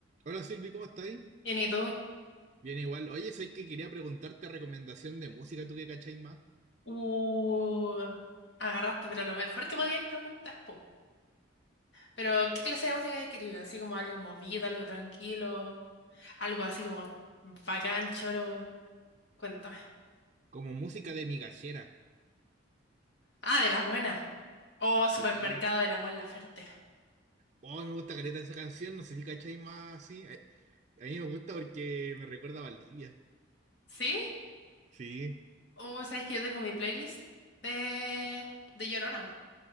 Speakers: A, on the right; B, on the left.
A: Hola Silvi, ¿cómo estáis?
B: Bien, ¿y tú?
A: Bien igual. Oye, soy que quería preguntarte recomendación de música, ¿tú qué cacháis más?
B: Uh, agarraste, pero lo mejor que podías preguntar, po. Pero, ¿qué clase de música querías? Así como algo movido, algo tranquilo, algo así como bacán, choro. Cuéntame.
A: Como música de migajera.
B: Ah, de las buenas. Oh, Supermercado
A: Sí.
B: del Amor Laferte.
A: Oh, me gusta careta esa canción, no sé si cacháis más sí. A, a mí me gusta porque me recuerda a Valdivia.
B: ¿Sí?
A: Sí.
B: Oh, ¿sabes que yo tengo mi playlist de, de Llorona?